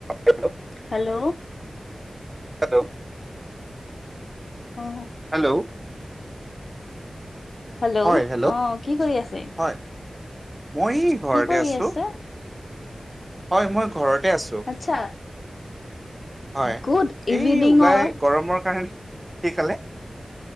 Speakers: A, on the right; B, on the left.
A: Hello <unintelligible>
B: hello?
A: Hello?
B: অ'।
A: Hello?
B: অ <unintelligible> hello?
A: হয় হেল্ল'
B: অ' কি কৰি আছে,
A: হয় মই ঘৰতে
B: কি কৰি
A: আছো
B: আছে?
A: হয়। মই ঘৰতে আছোঁ। ল্ল'
B: আচ্ছা
A: হয়।
B: গুড ইভিনিঙৰ
A: এই ওলাই গৰমৰ কাৰণে কি ক'লে?